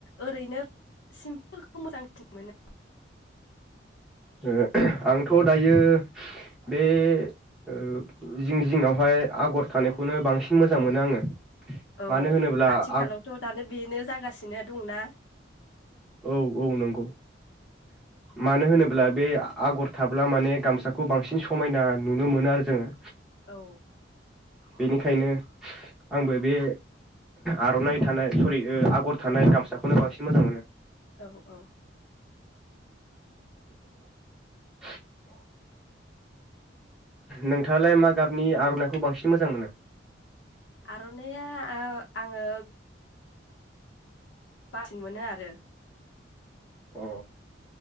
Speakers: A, on the left (about 75°); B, in the centre.
A: ओरैनो सिम्पोल खौ मोजांसिन मोनो
B: ओ आंथ' दायो बे ओ जिं जिङावहाय आगर थानायखौनो बांसिन मोजां मोनो आङो
A: औ
B: मानो होनोब्ला
A: आथिखालावथ'
B: आ
A: दानो बेनो जागासिनो दंना?
B: औ औ नंगौ मानो होनोब्ला बे आगर थाब्ला माने गामसाखौ बांसिन समायना नुनो मोनो आरो जोङो
A: औ
B: बेनिखायनो आंबो बे आर'नाइ थानाय सरि आगर थानाय गामसाखौनो बांसिन मोजां मोनो
A: औ औ
B: <inaudible> नोंथाङालाय मा गाबनि आर'नाइखौ बांसिन मोजां मोनो?
A: आर'नाइया आङो बासिन मोनो आरो
B: अ